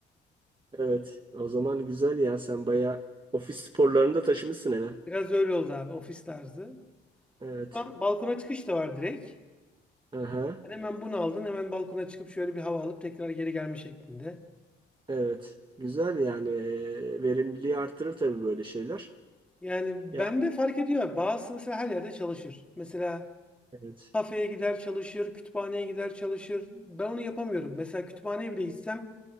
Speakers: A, on the right; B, in the centre.
A: Evet. O zaman güzel ya. Sen bayağı ofis sporlarını da taşımışsın eve.
B: biraz öyle oldu abi ofis tarzı.
A: Evet.
B: Ba- Balkona çıkış da var direkt.
A: Aha.
B: Yani hemen bunu aldın hemen balkona çıkıp şöyle bir hava alıp tekrar geri gelme şeklinde.
A: Evet. Güzel yani. Ee, Verimliliği artırır tabii böyle şeyler.
B: Yani
A: Ya
B: bende fark ediyor abi. Bazısı mesela her yerde çalışır. Mesela
A: evet.
B: Kafeye gider çalışır, kütüphaneye gider çalışır. Ben onu yapamıyorum. Mesela kütüphaneye bile gitsem